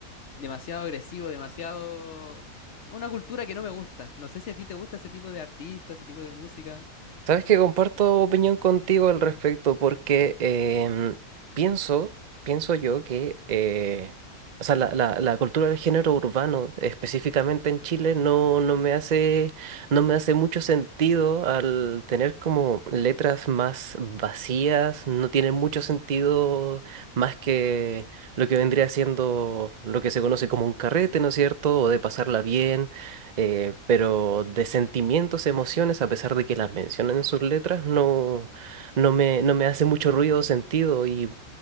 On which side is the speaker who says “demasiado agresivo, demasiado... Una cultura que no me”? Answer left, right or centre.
Left